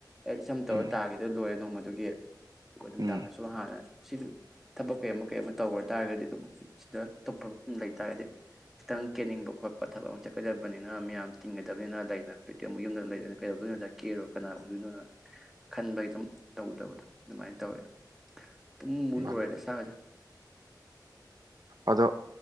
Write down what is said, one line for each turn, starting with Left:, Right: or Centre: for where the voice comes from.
Centre: ꯑꯩ ꯏꯁꯝ ꯇꯥꯒꯤꯕꯗꯨꯅ
Right: ꯎꯝ
Centre: ꯂꯣꯏꯔꯦ ꯅꯣꯡꯃꯒꯤ ꯑꯗꯨꯒꯤ ꯑꯗꯨꯒ ꯅꯨꯡꯗꯥꯡꯗꯁꯨ
Right: ꯎꯝ
Centre: ꯍꯥꯟꯅ ꯁꯤ ꯗꯨ ꯊꯕꯛ ꯀꯩ ꯑꯃ ꯀꯩ ꯑꯃ ꯇꯧꯔ ꯇꯥꯔꯒꯗꯤ ꯑꯗꯨꯝ ꯁꯤꯗ ꯑꯇꯣꯞꯄ ꯃꯐꯝ ꯂꯩꯇꯥꯥꯔꯗꯤ ꯈꯤꯇꯪ ꯀꯦꯟꯅꯤꯡꯕ ꯈꯣꯠꯄ ꯊꯕꯛ ꯑꯃ ꯆꯠꯀꯗꯕꯅꯤꯅ ꯃꯤꯌꯥꯝ ꯇꯤꯟꯒꯗꯕꯅꯤꯅ ꯂꯩꯅ ꯍꯧꯖꯤꯛꯇꯤ ꯑꯃꯨꯛ ꯌꯨꯝꯗ ꯂꯩꯗꯣꯏꯅ ꯀꯩꯗꯧꯗꯣꯏꯅꯣꯗ ꯀꯦꯔꯥ ꯀꯅꯥ ꯎꯗꯣꯏꯅꯣꯅ ꯈꯟꯕꯒꯤ ꯑꯗꯨꯝ ꯇꯧꯗꯕꯗꯣ ꯑꯗꯨꯃꯥꯏꯅ ꯇꯧꯋꯦ ꯄꯨꯡꯃꯨ ꯃꯨ ꯂꯣꯏꯔꯦ
Right: ꯃꯥꯅꯦ
Centre: ꯏꯁꯥꯒꯖꯦ
Right: ꯑꯗꯣ